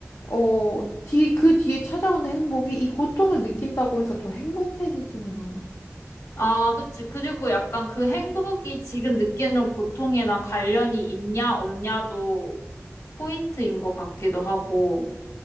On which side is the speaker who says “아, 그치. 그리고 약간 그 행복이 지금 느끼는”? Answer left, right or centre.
Left